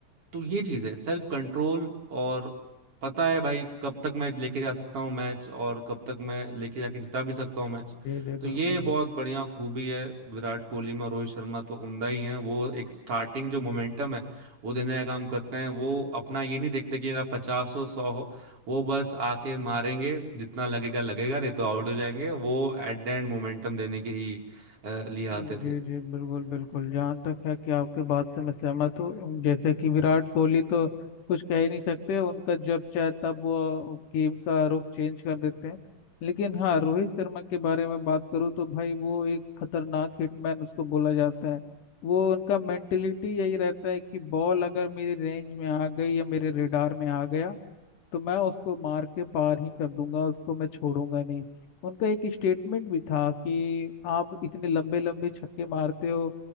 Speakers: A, on the right; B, on the left.
A: तो ये चीज है सेल्फ कंट्रोल और पता है भाई कब तक मैं लेके जा सकता हूँ मैच और कब तक मैं लेके जाके जिता भी सकता हूँ मैच
B: जी जी
A: तो
B: बिल्कुल
A: ये बहुत बढ़िया खूबी है विराट कोहली में और रोहित शर्मा तो उमदा ही हैं वो एक स्टार्टिंग जो मोमेंटम है वो देने का काम करते हैं वो अपना ये नहीं देखते कि मेरा पचास हो सौ हो वो बस आके मारेंगे जितना लगेगा लगेगा नहीं तो आउट हो जाएंगे वो एट द एंड मोमेंटम देने के ही अ, लिए आते
B: जी
A: थे
B: जी बिल्कुल बिल्कुल जहाँ तक है कि आपके बात से मैं सहमत हूँ जैसे कि विराट कोहली तो कुछ कह ही नहीं सकते उनका जब चाहे तब वो गेम का रुख चेंज कर देते हैं लेकिन हाँ रोहित शर्मा के बारे में बात करूँ तो भाई वो एक खतरनाक हिटमैन उसको बोला जाता है वो उनका मेंटेलिटी यही रहता है कि बॉल अगर मेरी रेंज में आ गई या मेरे रेडार में आ गया तो मैं उसको मार के पार ही कर दूंगा उसको मैं छोड़ूंगा नहीं उनका एक स्टेटमेंट भी था कि आप इतने लंबे लंबे छक्के मारते हो